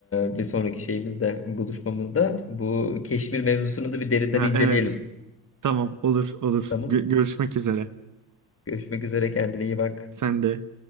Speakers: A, on the left; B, on the right.
A: e, bir sonraki şeyimizde buluşmamızda. Bu Keşmir mevzusunu da bir derinden
B: Ha,
A: inceleyelim.
B: evet. Tamam olur olur.
A: Tamam.
B: Gö- görüşmek üzere.
A: Görüşmek üzere kendine iyi bak.
B: Sen de.